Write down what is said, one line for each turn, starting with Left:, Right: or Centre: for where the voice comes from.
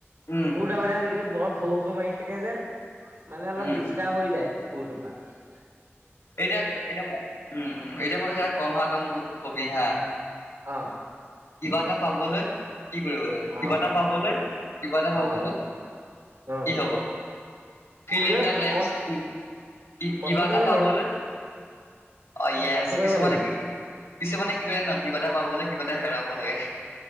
Left: উম
Right: কুকুৰ তাৰ মানে আজিকালি বৰ ভ ভ মাৰি থাকে যে মানে অলপ
Left: উম
Right: দিচ। দিগদাৰ হৈ যায় কুকুৰটোৰ কাৰণে।
Left: এতিয়া এতিয়া ম উম এতিয়া মই টোক কম হা তই মোক কবি হা।
Right: অ।
Left: কিবা এটা পাবলৈ। কি কৰিব লাগিব কিবা
Right: অ
Left: এটা পাবলৈ কিবা এটা পাবলৈ।
Right: অ অ
Left: কি হ'ব? ফিল
Right: কি
Left: ইন দা ব্লেঙ্কচ্‌
Right: কষ্ট কষ্ট
Left: কিবা এটা
Right: কৰিব
Left: পাবলৈ।
Right: লাগিব
Left: অঁ ইয়েচ
Right: কষ্ট কৰিব
Left: কিছুমানে
Right: লাগিব
Left: কি। কিছুমানে কি কয় জান? কিবা এটা পাবলে, কিবা এটা হেৰাব লাগে।